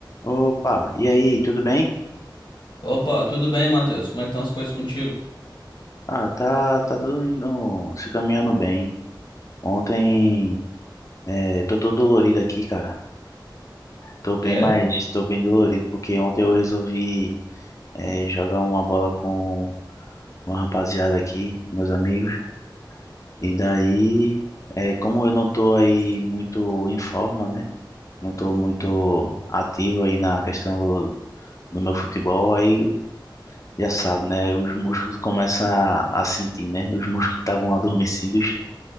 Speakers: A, on the left (about 40°); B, on the left (about 75°).
A: Opa, e aí, tudo bem?
B: Opa, tudo bem, Matheus? Como é que estão as coisas contigo?
A: Ah, tá, tá tudo indo, se caminhando bem. Ontem, é, tô todo dolorido aqui, cara. Tô bem,
B: É,
A: mas tô bem dolorido porque ontem eu resolvi, é, jogar uma bola com uma rapaziada aqui, meus amigos. E daí, é, como eu não tô aí muito em forma, né? Não tô muito ativo aí na questão do, do meu futebol, aí já sabe, né? Os músculos começam a, a sentir, né? Os músculos estavam adormecidos.